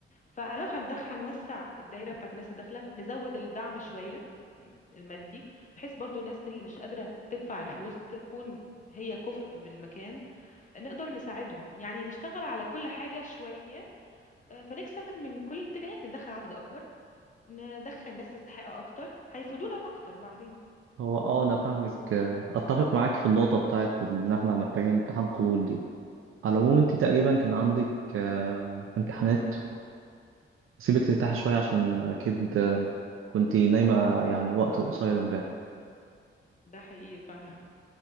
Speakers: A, on the left; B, on the right.
A: فلو هندخ هنوسع الدايره بتاعت الناس الداخله نزود الدعم شويه م- المادي بحيث برضو الناس من اللي مش قادره تدفع الفلوس تكون هي كفء بالمكان نقدر نساعدهم يعني نشتغل على كل حاجه شويه آه، فنكسب من كل الاتجاهات ندخل عدد اكبر ندخل ناس تستحق اكتر هيفيدونا اكتر بعدين
B: هو اه انا فاهمك آه، اتفق معاك في النقطه بتاعت ان احنا محتاجين امتحان قبول دي على العموم انت تقريبا كان عندك آه، امتحانات فسيبك ترتاحي شويه عشان اكيد آه، كنتي نايمه يعني وقت قصير امبارح
A: ده حقيقي فعلا